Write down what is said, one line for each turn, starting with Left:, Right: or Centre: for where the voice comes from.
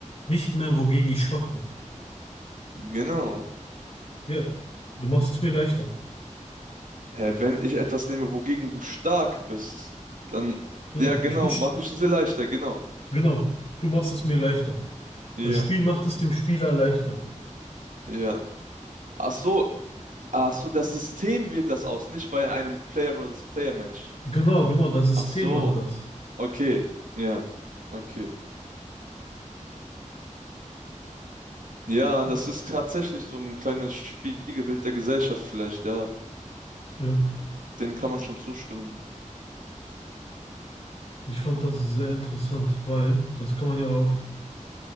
Left: Nicht mehr, wogegen ich schwach bin.
Right: genau.
Left: Ja, du machst es mir leichter.
Right: Hä, wenn ich etwas nehme, wogegen du stark bist, dann,
Left: Genau,
Right: ja, genau,
Left: ich bin, st-
Right: mache ich es dir leichter, genau.
Left: genau, du machst es mir leichter.
Right: Ja,
Left: Das Spiel macht es dem Spieler leichter.
Right: ja. Ach so, ach so, das System wählt das aus, nicht bei einem Player versus Player Match.
Left: Genau, genau, das System
Right: Ach so.
Left: macht das.
Right: Okay, ja, okay. Ja,
Left: Äh,
Right: das ist tatsächlich so ein kleines Spiegelbild der Gesellschaft vielleicht, ja.
Left: Ja,
Right: Dem kann man schon zustimmen.
Left: ich fand das sehr interessant, weil das kann man ja auf,